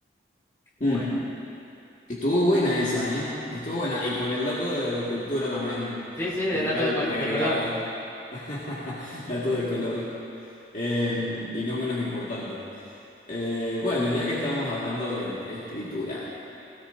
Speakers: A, on the left; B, on the left.
A: Bueno,
B: Mm. Estuvo buena esa, ¿eh? Estuvo buena. Y con el dato de, de cultura también
A: sí, sí, del
B: general
A: dato de, col-
B: agregado.
A: de color.
B: <laughs> Dato de color. Eh, y no menos importante. Eh, bueno, ya que estamos hablando de escritura,